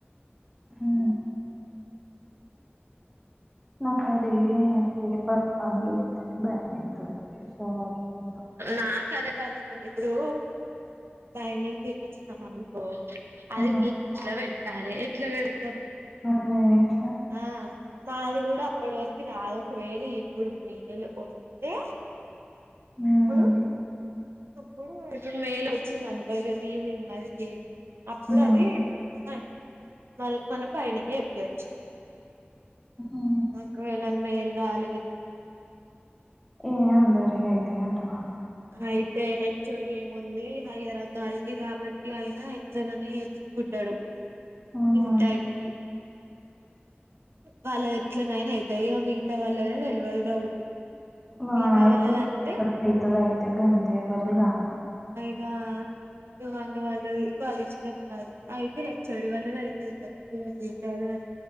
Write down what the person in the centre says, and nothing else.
హు నాకు అది ఎమ్ ఏడుపోతాంది భయమాయితాంద సార్ <unintelligible> న్నప్పుడు
ఆ,
అదే ఎట్
ఉమ్,
ఉమ్,
హ
ఏ అందరి అయితాయి అంటున్న
ఉమ్,
వా
<unintelligible>
అయితది గంతే ఎవరిది కాదు